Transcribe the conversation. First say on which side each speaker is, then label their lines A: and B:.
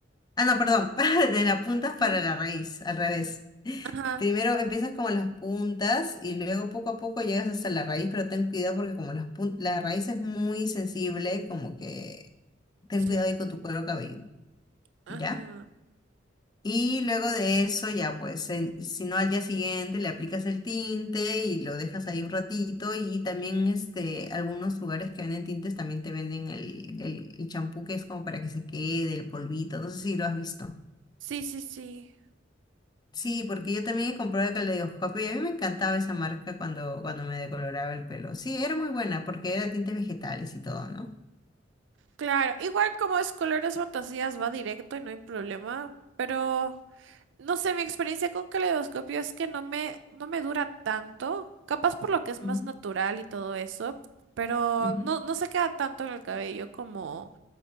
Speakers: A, on the left (about 20°); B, on the right (about 70°).
A: Ah, no, perdón, <laughs> para- de las puntas para
B: ah,
A: la raíz, al revés.
B: ajá,
A: Primero empiezas como las puntas y luego poco a poco llegas hasta la raíz, pero ten cuidado porque como las pun- la raíz es muy sensible, como que ten
B: sí,
A: cuidado ahí con tu cuero cabelludo,
B: ajá.
A: ¿ya? Y luego de eso ya pues, en- si no al día siguiente le aplicas el tinte y lo dejas ahí un ratito y también este, algunos lugares que venden tintes también te venden el, el, el champú que es como para que se quede, el polvito, no sé si lo has visto.
B: Sí, sí, sí.
A: Sí, porque yo también he comprado el caleidoscopio y a mí me encantaba esa marca cuando, cuando me decoloraba el pelo. Sí, era muy buena porque era tintes vegetales y todo, ¿no?
B: Claro, igual como es Colores Fantasías va directo y no hay problema, pero no sé, mi experiencia con caleidoscopio es que no me, no me dura tanto, capaz por lo que es más
A: Ujú,
B: natural y todo eso, pero
A: ujú.
B: no, no se queda tanto en el cabello como...